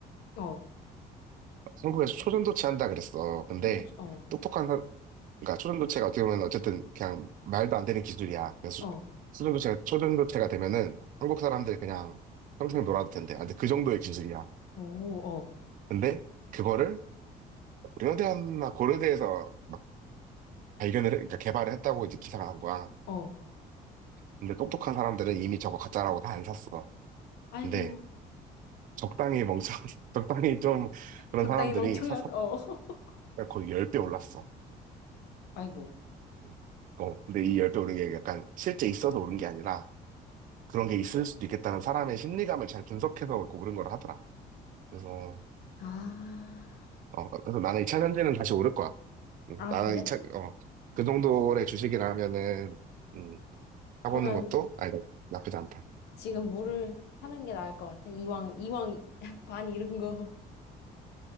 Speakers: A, on the left (about 75°); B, on the right (about 55°).
A: 어,
B: 한국에서 초전도체 한다 그랬어. 근데
A: 푸른 주 어,
B: 똑똑한 사 그러니까 초전도체가 어떻게 보면 어쨌든 그냥 말도 안 되는 기술이야. 그래서
A: 어,
B: 초전도체가, 초전도체가 되면은 한국 사람들 그냥 평생 놀아도 된대. 아, 근데 그 정도의 기술이야.
A: 오, 어,
B: 근데 그거를 고려대였나 고려대에서 막 발견을, 해- 그러니까 개발을 했다고 이제 기사가 난 거야.
A: 어.
B: 근데 똑똑한 사람들은 이미 저거 가짜라고 다 안 샀어.
A: 아이고,
B: 근데 적당히 멍청, <laughs> 적당히 좀 그런
A: 적당히
B: 사람들이
A: 멍청한,
B: 사사
A: 어. <laughs>
B: 거의 10배 올랐어.
A: 아이고.
B: 음. 어, 근데 이 10배 오른 게 약간 실제 있어서 오른 게 아니라 그런 게 있을 수도 있겠다는 사람의 심리감을 잘 분석해서 오른 거라 하더라. 그래서,
A: 아,
B: 어, 그래서 나는 2차 전지는 다시 오를 거야. 음,
A: 아,
B: 나는
A: 그래?
B: 이 차 어, 그 정도의 주식이라면은, 음, 사보는
A: 그러면
B: 것도, 아니, 나- 나쁘지 않다.
A: 지금 물을 타는 게 나을 것 같아. 이왕, 이왕 <laughs> 반 잃은 거